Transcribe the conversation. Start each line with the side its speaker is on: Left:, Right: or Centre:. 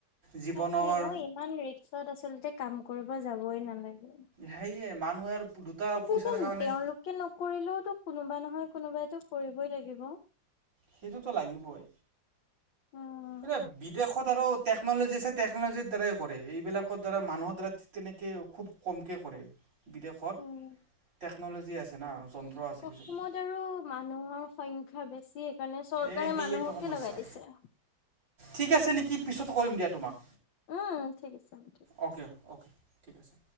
Right: জীৱনৰ
Left: তাকে ন ইমান ৰিক্সত আচলতে কাম কৰিব যাবই নালাগে।
Right: সেইয়াই মানুহে দুটা
Left: কিন্তু
Right: পইচাৰ
Left: এতিয়া
Right: কাৰণে
Left: তেওঁলোকে নকৰিলেওতো কোনোবা নহয় কোনোবাইটো কৰিবই লাগিব।
Right: সেইটোতো লাগিবই।
Left: উম।
Right: এতিয়া বিদেশত আৰু টেকন'লজি আছে টেকন'লজিৰ দ্বাৰাই কৰে, এইবিলাকৰ দ্বাৰা মানুহৰ দ্বাৰা তেনেকে খুব কমকে কৰে, বিদেশত
Left: উম
Right: টেকন'লজি আছে না আছে কিছুমান
Left: অসমত আৰু মানুহৰ সংখ্যা বেছি কাৰণে চৰকাৰী
Right: এই সেয়েতো
Left: মানুহকে
Right: সমস্যা
Left: লগাই দিছে।
Right: ঠিক আছে নেকি পিছত কৰিম দিয়া তোমাক।
Left: উম ঠিক আছে হ'ব দিয়ক।
Right: অ'কে, অ'কে ঠিক আছে।